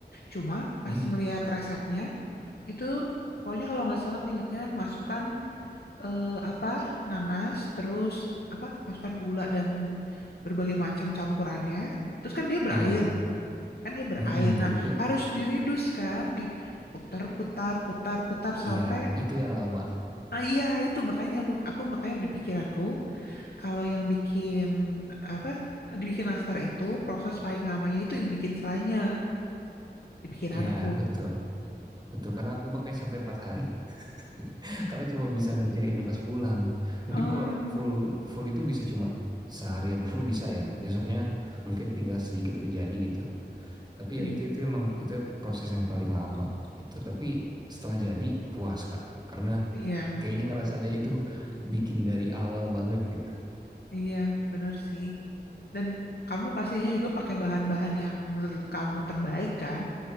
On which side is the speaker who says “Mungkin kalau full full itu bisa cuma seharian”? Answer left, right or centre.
Right